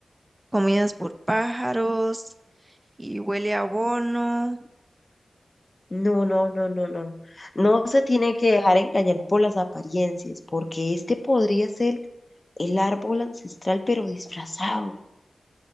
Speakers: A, on the right (about 20°); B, on the left (about 40°).
A: comidas por pájaros y huele a abono.
B: No, no, no, no, no. No se tiene que dejar engañar por las apariencias, porque este podría ser el árbol ancestral, pero disfrazado.